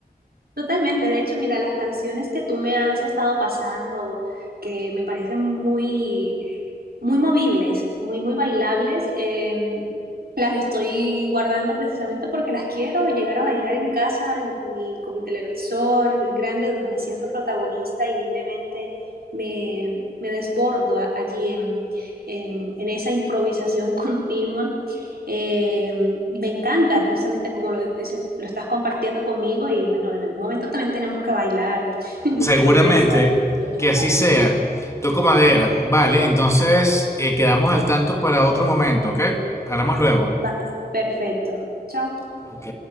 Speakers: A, on the right (about 65°); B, on the left (about 15°).
A: Totalmente, de hecho, mira, las canciones que tú me has estado pasando, que me parecen muy muy movibles, muy, muy bailables. em, las estoy guardando precisamente porque las quiero llegar a bailar en casa, en mi- con mi televisor grande, donde me siento protagonista y libremente me, me desbordo a- allí en, en- en esa improvisación <laughs> continua. Eh, y me encanta, precisamente como lo dices, lo estás compartiendo conmigo y bueno, en algún momento también tenemos que bailar <laughs>
B: Seguramente
A: una pieza y, y ver qué
B: que así
A: tal.
B: sea. Toco madera. Vale, entonces eh, quedamos al tanto para otro momento, ¿ok? Hablamos luego.
A: Vale, perfecto. Chao.
B: Ok.